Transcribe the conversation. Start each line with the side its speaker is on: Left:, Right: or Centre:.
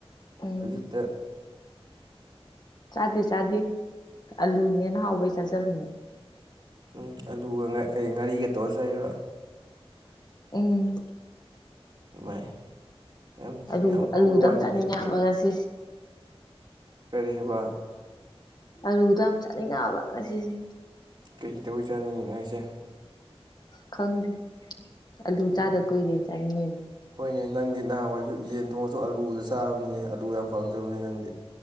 Left: ꯎꯝ
Right: ꯍꯧꯖꯤꯛꯇ
Left: ꯆꯥꯗꯦ ꯆꯥꯗꯦ ꯑꯂꯨꯅ ꯍꯦꯟꯅ ꯍꯥꯎꯕꯩ ꯆꯥꯖꯕꯅꯦ
Right: ꯎꯝ ꯑꯂꯨꯒ ꯀꯩ ꯉꯥꯔꯤꯒ ꯇꯧꯔ ꯆꯥꯏꯕ
Left: ꯎꯝ
Right: ꯃꯥꯏ ꯌꯥꯝ
Left: ꯑꯂꯨ
Right: ꯌꯥꯝ ꯍꯥꯎꯕꯩ
Left: ꯑꯂꯨꯗꯪ
Right: ꯋꯥꯅꯤꯅꯦ
Left: ꯆꯥꯅꯤꯡꯉꯦ
Right: ꯑꯗꯨꯗꯤ
Left: ꯍꯥꯏꯕ ꯉꯁꯤꯁꯦ
Right: ꯀꯔꯤ ꯍꯥꯏꯕ
Left: ꯑꯂꯨꯗꯣ ꯌꯥꯝ ꯆꯥꯅꯤꯡꯉꯛꯑꯕ ꯉꯁꯤꯁꯦ
Right: ꯀꯩ ꯇꯧꯕꯩ ꯆꯥꯅꯤꯡꯉꯤꯅꯣ ꯍꯥꯏꯁꯦ
Left: ꯈꯪꯗꯦ ꯑꯂꯨ
Right: ꯎꯝ
Left: ꯆꯥꯗ ꯀꯨꯏꯔꯦꯅ ꯆꯥꯅꯤꯡꯉꯤꯅꯦ
Right: ꯍꯣꯏꯅꯦ ꯅꯪꯗꯤ ꯅꯍꯥꯟꯋꯥꯏꯁꯨ ꯌꯦꯟ ꯊꯣꯡꯉꯁꯨ ꯑꯂꯨꯗ ꯆꯥꯕꯅꯤꯅꯦ ꯑꯂꯨ ꯌꯥꯝ ꯄꯥꯝꯖꯕꯅꯦ ꯅꯪꯗꯤ